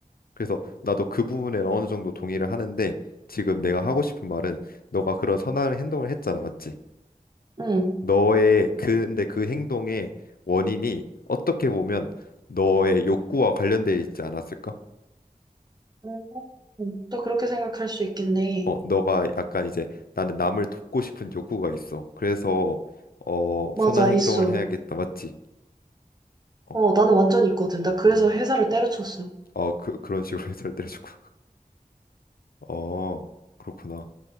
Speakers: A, on the left (about 85°); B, on the right (about 30°).
A: 그래서 나도 그 부분에 어느 정도 동의를 하는데 지금 내가 하고 싶은 말은 너가 그런 선한 행동을 했잖아, 맞지?
B: 응.
A: 너의 그, 근데 그 행동의 원인이 어떻게 보면 너의 욕구와 관련돼 있지 않았을까?
B: 음, 음. 또 그렇게 생각할 수 있겠네.
A: 어, 너가 약간 이제 나는 남을 돕고 싶은 욕구가 있어. 그래서 어,
B: 맞아,
A: 선한 행동을
B: 있어.
A: 해야겠다, 맞지? 어,
B: 어, 나는 완전히 있거든. 나 그래서
A: 음,
B: 회사를 때려쳤어.
A: 어, 그 그런 식으로 <laughs> 해설을 해주고. 어, 그렇구나.